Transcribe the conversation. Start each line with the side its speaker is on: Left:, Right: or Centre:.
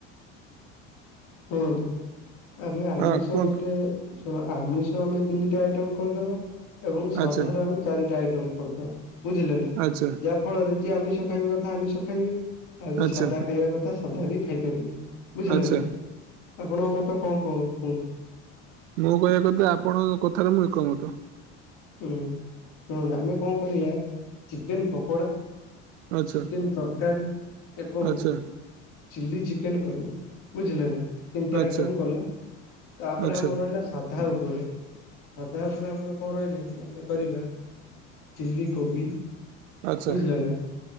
Left: ଶୁଣନ୍ତୁ ଆମେ ଆମିଷ
Right: ହଁ କୁହନ୍ତୁ
Left: ଗୋଟେ ଶୁଣ ଆମିଷ ଆମେ ତିନିଟା ଆଇଟମ କରିଦବା ଏବଂ ସାଧାର
Right: ଆଚ୍ଛା
Left: ଆମେ ଚାରିଟା ଆଇଟମ କରିଦବା। ବୁଝିଲେ ନା
Right: ଆଚ୍ଛା
Left: ଯାହା ଫଳରେ ଯିଏ ଆମିଷ ଖାଇବା କଥା ଆମିଷ ଖାଇବେ। ଆଉ ଯିଏ
Right: ଆଚ୍ଛା
Left: ସାଧା ଖାଇବା କଥା ସାଧା ବି ଖାଇପାରିବେ ବୁଝିଲେ
Right: ଆଚ୍ଛା
Left: ନା। ଆପଣ ମତେ କଣ କ କୁହନ୍ତୁ?
Right: ମୁଁ କହିବା କଥା ଆପଣଙ୍କ କଥାରେ ମୁଁ ଏକମତ
Left: ହୁଁ ଶୁଣନ୍ତୁ ଆମେ କଣ କରିବା ଚିକେନ ପକୋଡା
Right: ଆଚ୍ଛା
Left: ଚିକେନ ତରକାରୀ ଏବଂ
Right: ଆଚ୍ଛା
Left: ଚିଲି ଚିକେନ କରିବା ବୁଝିଲେ ନା ତିନିଟା
Right: ଆଚ୍ଛା
Left: ଆଇଟମ ଗଲା ତାପରେ
Right: ଆଚ୍ଛା
Left: ଆମର ରହିଲା ସାଧା ଉପରେ ସାଧା ଉପରେ ଆମର କଣ ରହିଲେ ଆମେ କରିବା ଚିଲିକୋବି
Right: ଆଚ୍ଛା
Left: ବୁଝିଲ ନା